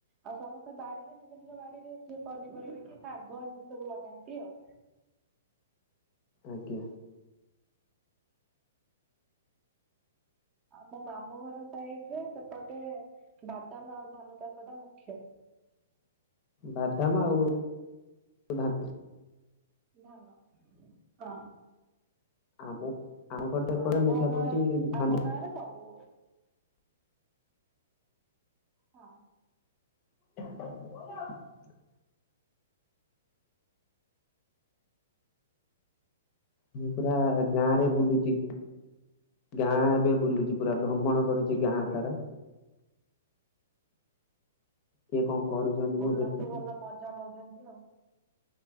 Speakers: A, on the right; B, on the left.
A: ଆଉ ସମସ୍ତେ ବାଡିରେ ନିଜ ନିଜ ବାଡିରେ କିଏ ପନିପରିବା କିଏ ଶାଗ ଏମିତି ସବୁ ଲଗାନ୍ତି ଆଉ‌
B: ଆଜ୍ଞା।
A: ଆଉ ମୋ ମାମୁଁ ଘର ସାଇଟରେ ସେପଟେ ବାଦାମ ଆଉ ଧାନ ଚାଷଟା ମୁଖ୍ୟ।
B: ବାଦାମ ଆଉ ଧାନ।
A: ଧାନ ହଁ।
B: ଆମ <inaudible> ଏପଟେ
A: ଆମ
B: ମୁଖ୍ୟ
A: ଗାଁ
B: ହଉଛି ଧାନ
A: ଆମ ଗାଁରେ ସବୁ ହଁ।
B: <inaudible> ମୁଁ ପୁରା ଗାଁ
A: କୁହନ୍ତୁ।
B: ରେ ବୁଲୁଛି ଗାଁ ଏବେ ବୁଲିୁଛି ପୁରା ଭ୍ରମଣ କରୁଛି ଗାଁ
A: ହଁ
B: ସାରା। କିଏ କଣ କରୁଛନ୍ତି
A: ବୁଲନ୍ତୁ
B: ମୁଁ ଦେଖୁଛି।
A: ଭଲ ମଜା ନଉଛନ୍ତି ଆଉ।